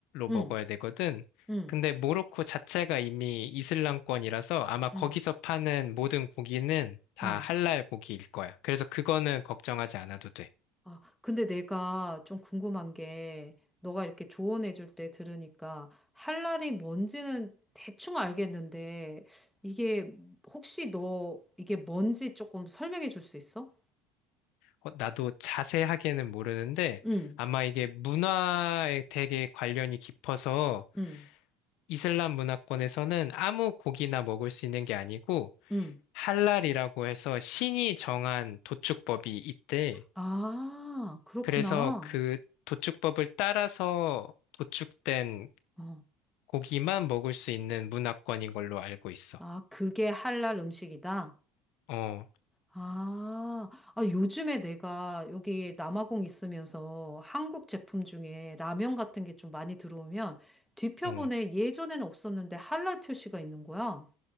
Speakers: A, in the centre; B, on the left.
A: 응,
B: 먹어야 되거든.
A: 응,
B: 근데 모로코 자체가 이미 이슬람권이라서 아마 거기서
A: 응,
B: 파는 모든 고기는 다
A: 응.
B: 할랄 고기일 거야. 그래서 그거는 걱정하지 않아도 돼.
A: 아, 근데 내가 좀 궁금한 게, 너가 이렇게 조언해 줄 때 들으니까, 할랄이 뭔지는 대충 알겠는데, 이게 혹시 너 이게 뭔지 조금 설명해 줄 수 있어?
B: 어, 나도 자세하게는 모르는데
A: 응,
B: 아마 이게 문화에 되게 관련이 깊어서
A: 응,
B: 이슬람 문화권에서는 아무 고기나 먹을 수 있는 게 아니고
A: 응.
B: 할랄이라고 해서 신이 정한 도축법이 있대.
A: 아, 그렇구나.
B: 그래서 그 도축법을 따라서 도축된
A: 어.
B: 고기만 먹을 수 있는 문화권인 걸로 알고 있어.
A: 아, 그게 할랄 음식이다?
B: 어,
A: 아, 아, 요즘에 내가 여기 남아공 있으면서 한국 제품 중에 라면 같은 게 좀 많이 들어오면 뒤편에
B: 어,
A: 예전에는 없었는데 할랄 표시가 있는 거야.